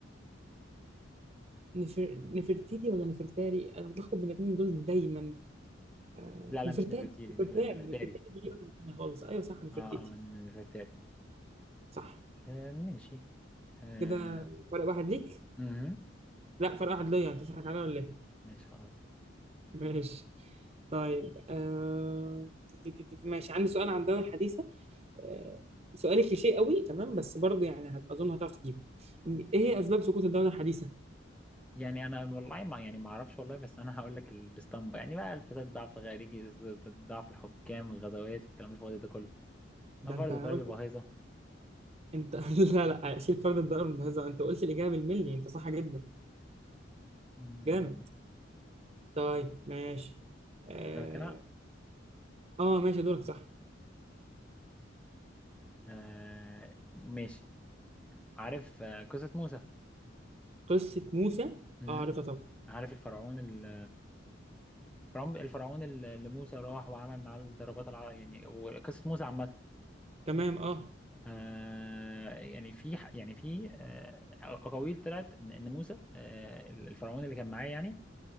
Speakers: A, on the right (about 30°); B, in the centre.
A: نفر... نفرتيتي ولا نفرتاري انا بتلخبط بين الاثنين دول دايما آه،
B: لا لا
A: نفرتاري
B: مش نفرتيري
A: نفرتاري
B: نفر... نفرتاري
A: نفرتاري دي واحدة تانية خالص ايوه صح نفرتيتي
B: اه اه نفرتاري
A: صح
B: آه ماشي آه...
A: كده فرق واحد ليك
B: مهم.
A: لا فرق واحد ليا انت بتضحك عليا ولا ايه
B: ماشي خلاص
A: ماشي طيب آه... دي- دي- دي- ماشي عندي سؤال عن الدوري الحديثة آه، سؤال كليشيه قوي تمام بس برضه يعني هت- اظن هتعرف تجيبه ايه هي اسباب سقوط الدوله الحديثه
B: يعني انا والله ما يعني ما اعرفش والله بس انا هقول لك الاسطمبه يعني بقى الفساد ضعف خارجي ضعف الحكام الغزوات والكلام الفاضي ده كله
A: ده
B: فرض
A: انت قلت
B: ضرب الباهظه
A: انت <laughs> لا لا شيل فرد الدائره الممتازه انت قلت الاجابه بالملي انت صح جدا
B: أمم.
A: جامد طيب ماشي اه,
B: لكن انا
A: آه ماشي دورك صح
B: آه ماشي عارف آه قصه موسى
A: قصه موسى
B: أمم.
A: اه عارفها طبعا
B: عارف الفرعون ال- الفرعون الفرعون اللي موسى راح وعمل معاه الضربات الع... يعني وقصه موسى عامه
A: تمام اه
B: آه يعني في ح- يعني في آه اقاويل طلعت ان إن موسى آه الفرعون اللي كان معاه يعني